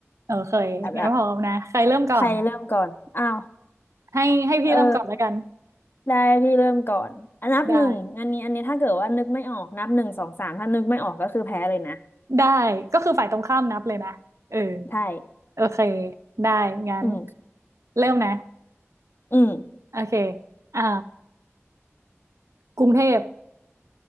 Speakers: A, on the right; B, on the left.
A: โอเคงั้นพร้อมนะใครเริ่มก่อน
B: อ่ะละใครเริ่มก่อนอ้าว
A: ให้ให้พี่เริ่มก่อนแล้วกัน
B: เออได้พี่เริ่มก่อนอันนับหนึ่งอันนี้อันนี้ถ้าเกิดว่านึกไม่ออกนับหนึ่งสองสามถ้านึกไม่ออกก็คือแพ้เลยนะ
A: ได้ได้ก็คือฝ่ายตรงข้ามนับเลยนะเออ
B: ใช่
A: โอเคได้งั้น
B: อืม
A: เริ่มนะ
B: อืม
A: โอเคอ่ากรุงเทพ